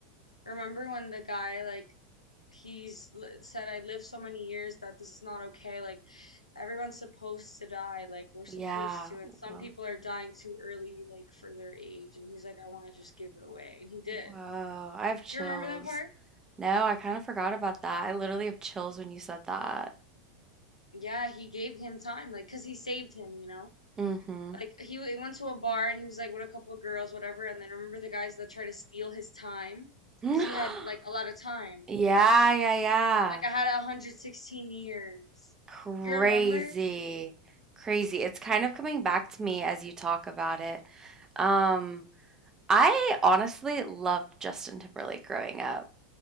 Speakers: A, on the left; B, on the right.
A: Remember when the guy like he's li- said I lived so many years that this is not okay. Like everyone's supposed to die. Like we're supposed
B: Yeah.
A: to and some
B: Whoa.
A: people are dying too early like for their age and he's like I want to just give it away. And he did.
B: Whoa. I have chills.
A: You remember that part?
B: No, I kind of forgot about that. I literally have chills when you said that.
A: Yeah, he gave him time like 'cause he saved him, you know?
B: Mm-hmm.
A: Like he, he went to a bar and he was like with a couple of girls, whatever. And then I remember the guys that tried to steal his time
B: <gasps>
A: because he had like a lot of time.
B: Yeah, yeah, yeah.
A: Like I had 116 years.
B: Crazy.
A: You remember?
B: Crazy. It's kind of coming back to me as you talk about it. Um, I honestly loved Justin Timberlake growing up.